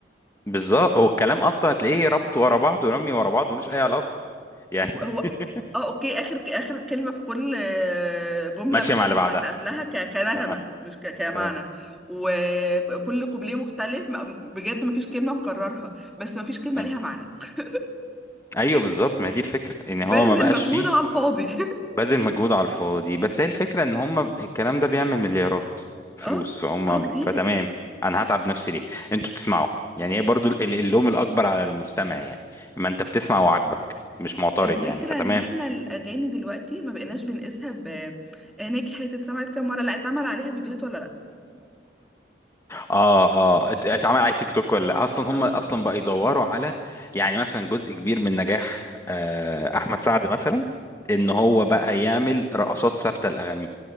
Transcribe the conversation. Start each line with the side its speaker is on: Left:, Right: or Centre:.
Left: بالظبط هو الكلام اصلا هتلاقيه ربط ورا بعض ورمي ورا بعض ملوش اي علاقه يعني
Centre: هو
Left: <laughs>
Centre: اه اوكي اخر اخر كلمه في كل آه، جمله
Left: ماشيه
Centre: ماشيه
Left: مع اللي بعدها
Centre: مع اللي قبلها ك- كنغمه
Left: اه
Centre: مش ك- كمعنى
Left: اه
Centre: وكل قبليه مختلف ما- بجد مفيش كلمه مكررها بس مفيش كلمه
Left: آه.
Centre: ليها معنى <laughs>
Left: ايوه بالظبط ما هي دي الفكره ان
Centre: باذل
Left: هو ما بقاش
Centre: مجهود
Left: فيه
Centre: على الفاضي <laughs>
Left: بذل مجهود على الفاضي بس هي الفكره ان هم الكلام ده بيعمل مليارات فلوس
Centre: اه
Left: فهم
Centre: اه كتير
Left: فتمام انا هتعب نفسي ليه انتوا بتسمعوا يعني هي برضو ال- اللوم الاكبر على المستمع يعني ما انت بتسمع وعاجبك مش معترض
Centre: الفكره
Left: يعني فتمام
Centre: ان احنا الاغاني دلوقتي ما بقيناش بنقيسها ب آه، نجحت اتسمعت كام مره لا اتعمل عليها فيديوهات ولا لا
Left: اه اه ات- اتعمل على تيك توك ولا لأ؟ اصلا
Centre: اه
Left: هم اصلا بقى يدوروا على يعني مثلا جزء كبير من نجاح آه، احمد سعد مثلا ان هو بقى يعمل رقصات ثابته لاغانيه